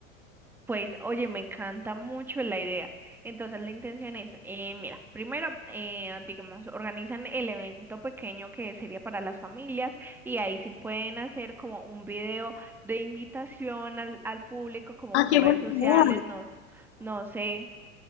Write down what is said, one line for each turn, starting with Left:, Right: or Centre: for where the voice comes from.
Centre: Pues, oye, me encanta mucho la idea. Entonces, la intención es, eh, mira, primero, eh, digamos, organizan el evento pequeño que sería para las familias y ahí sí pueden hacer como un video de invitación al, al público, como
Left: Ah,
Centre: por
Left: qué buena
Centre: redes sociales,
Left: idea.
Centre: no, no sé.